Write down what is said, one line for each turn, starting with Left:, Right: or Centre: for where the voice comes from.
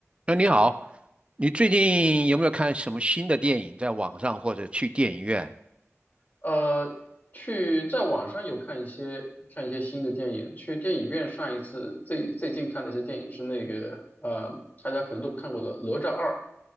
Right: 哎，你好，你最近有没有看什么新的电影在网上或者去电影院？
Left: 呃，去在网上有看一些看一些新的电影，去电影院上一次最最近看的一些电影是那个呃，大家可能都看过的《哪吒二》，